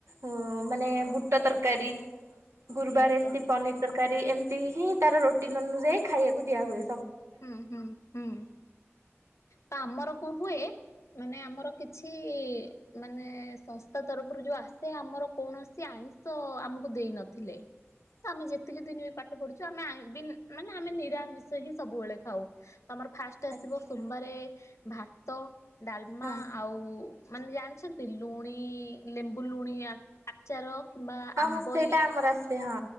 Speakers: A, on the right (about 85°); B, on the left (about 80°).
A: ଓ ମାନେ ବୁଟ ତରକାରୀ ଗୁରୁବାର
B: ଆଜ୍ଞା।
A: ଏମତି ପନିର ତର କାରୀ ଏମତି ହିଁ ତାର ରୋଟିନ୍ ଅନୁଯାୟୀ ଖାଇବାକୁ ଦିଆହୁଏ।
B: ଉଁ ହୁଁ। ହୁଁ ତ ଆମର କଣ ହୁଏ ମାନେ ଆମର କିଛି ମାନେ ସଂସ୍ଥା ତରଫରୁ ଯୋଉ ଆସେ ଆମର କୌଣସି ଆଇଂଷ ଆମକୁ ଦେଇ ନଥିଲେ।
A: ହଁ
B: ତ ଆମେ ଯେତିକି ଦିନ ବି ପାଠ ପଢୁଚୁ ଆମେ ଆଁଇ ବିନ୍ ମାନେ ଆମେ ନିରାମିଷ ହିଁ ସବୁବେଳେ ଖାଉ ତ ଆମର ଫାଷ୍ଟେ ଆସିବ
A: ଆଚ୍ଛା
B: ସୋମବାରେ ଭାତ ଡାଲମା
A: ହଁ।
B: ଆଉ ମାନେ ଜାଣିଛନ୍ତି ଲୁଣି ଲେମ୍ବୁ ଲୁଣି ଆ ଆଚାର କିମ୍ବା
A: ହଁ
B: ଆମ୍ବଲ୍
A: ହଁ ସେଇଟା ଆମର ଆସେ ହଁ।